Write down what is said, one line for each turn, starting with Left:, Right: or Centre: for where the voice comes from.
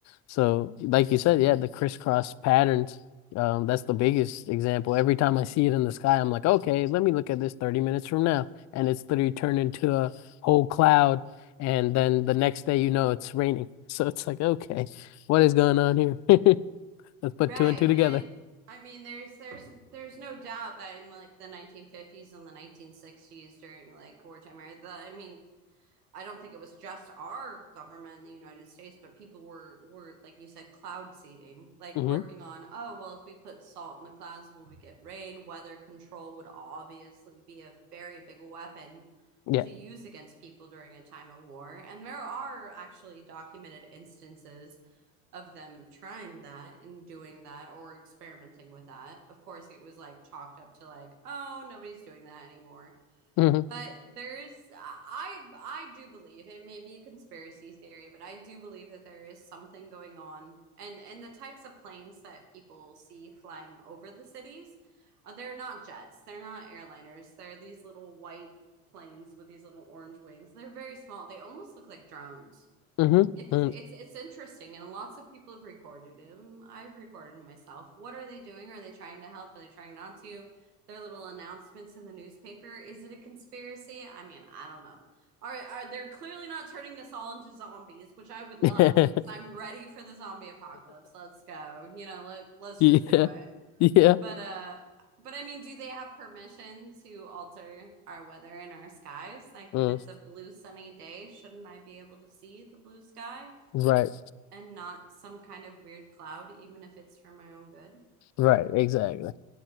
Left: So like you said, yeah, the crisscross patterns, um, that's the biggest example. Every time I see it in the sky, I'm like, "Okay, let me look at this 30 minutes from now." And it's literally turned into a whole cloud and then the next day, you know, it's raining. <laughs> So it's like, okay, what is going on here? <laughs> Let's put
Right: Right.
Left: two and two together.
Right: And I I mean there's there's there's no doubt that in like the 1950s and the 1960s during like wartime era, the I mean I don't think it was just our government in the United States, but people were were like you said cloud seeding, like
Left: hmm
Right: working on, oh well if we put salt in the clouds will we get rain? Weather control would obviously be a very big weapon
Left: Yeah.
Right: to use against people during a time of war. And there are actually documented instances of them trying that and doing that or experimenting with that. Of course, it was like chalked up to like, oh, nobody's doing that anymore.
Left: hmm
Right: But there's I I do believe it may be a conspiracy theory, but I do believe that there is something going on. And and the types of planes that people see flying over the cities, uh, they're not jets, they're not airliners. They're these little white planes with these little orange wings. They're very small. They almost look like drones.
Left: hmm
Right: It's
Left: mm
Right: it's it's interesting, and lots of people have recorded him. I've recorded him myself. What are they doing? Are they trying to help? Are they trying not to? Their little announcements in the newspaper. Is it a conspiracy? I mean, I don't know. Are are they're clearly not turning us all into zombies, which I would love
Left: <laughs>
Right: because I'm ready for the zombie apocalypse. Let's go. You know, let let's
Left: Yeah.
Right: just do it.
Left: Yeah. Yeah.
Right: But uh but I mean, do they have permission to alter our weather and our skies? Like
Left: Mm.
Right: when it's a blue sunny day, shouldn't I be able to see the blue sky?
Left: Right.
Right: and not some kind of weird cloud, even if it's for my own good.
Left: Right. Exactly.